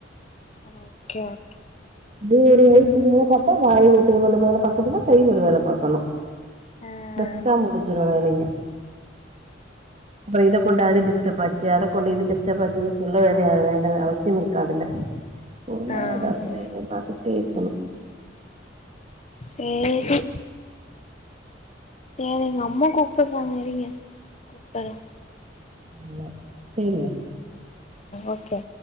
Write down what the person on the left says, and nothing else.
அ ஓகே ஓகே
ஆ
ஆமா
சேரி ஏங்க எங்க அம்மா கூப்புறாங்க இருங்க கூப்புறே
ஓகே